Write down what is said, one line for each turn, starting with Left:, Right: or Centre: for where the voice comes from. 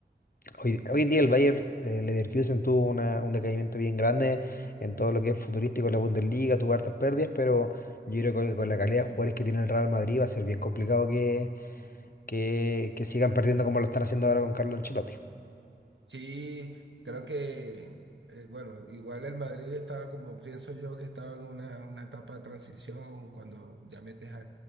Left: hoy, hoy en día el Bayer eh, Leverkusen tuvo una- un decaimiento bien grande en todo lo que es futurístico en la Bundesliga, tuvo hartas pérdidas, pero yo creo que con, con la calidad de jugadores que tiene el Real Madrid va a ser bien complicado que, que, que sigan perdiendo como lo están haciendo ahora con Carlo Ancelotti.
Right: Sí, creo que, eh, bueno, igual el Madrid estaba como pienso yo que estaba en una, una etapa de transición, cuando ya metes a,